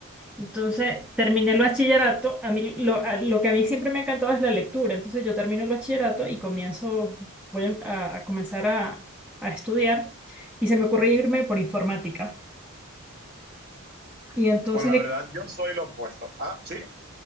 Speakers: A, in the centre; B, on the right.
A: Entonces, terminé el bachillerato, a mí lo, a- lo que a mí siempre me ha encantado es la lectura, entonces yo termino el bachillerato y comienzo, voy a, a comenzar a, a estudiar y se me ocurrió irme por informática. Y entonces
B: Bueno, la verdad, yo soy lo opuesto. Ah, sí.